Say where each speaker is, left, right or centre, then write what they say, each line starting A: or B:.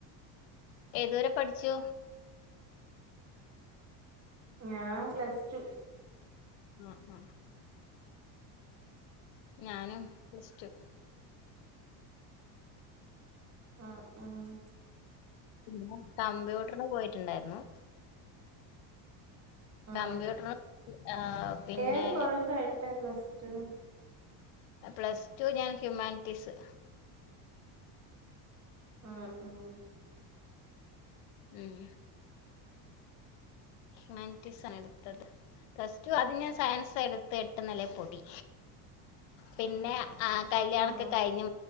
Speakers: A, on the left (about 75°); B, on the right (about 30°).
A: ഏതുവരെ പഠിച്ചു.
B: ഞാൻ പ്ലസ് ടു
A: ന ന ഞാനും പ്ലസ് ടു
B: ആഹ് ആഹ്
A: പിന്നെ കമ്പ്യൂട്ടറിന് പോയിട്ടുണ്ടായിരുന്നു.
B: ഉം
A: കമ്പ്യൂട്ടർ ആഹ് പിന്നെ
B: ഏത് കോഴ്സാ എടുത്ത പ്ലസ് ടു.
A: പ്ലസ് ടു ഞാൻ ഹ്യൂമാനിറ്റീസ്
B: ഉം മം
A: ഉം ഹ്യൂമാനിറ്റീസ് ആ ണ്എടുത്തത് പ്ലസ് ടു അത് ഞാൻ സയൻസാ എടുത്ത് എട്ട് നില പൊട്ടി പിന്നെ ആ കല്യാണൊക്കെ
B: ഉം
A: കഴിഞ്ഞു